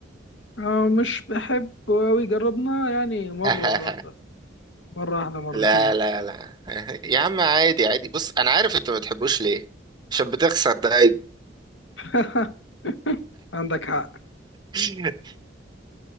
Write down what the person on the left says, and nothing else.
آه، مش بحبه أوي جربنا يعني مرة
واحدة مرة واحدة مرتين
<laughs> عندك حق